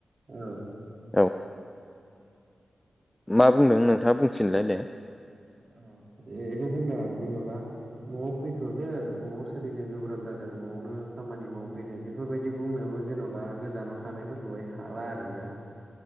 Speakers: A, on the right; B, on the left.
A: औ
B: औ मा बुंदों नोंथाङा बुंफिनलाय दे
A: औ बेखौ बुंदों आं जेन'बा न'आव फैथ'दो न'आव सोलिनो गोब्राब जादों न'आवनो खामानि मावफैदो बेफोरबायदि बुंनो -बो जेन'बा गोजानाव थानायफोरखौहाय हाला आरोोना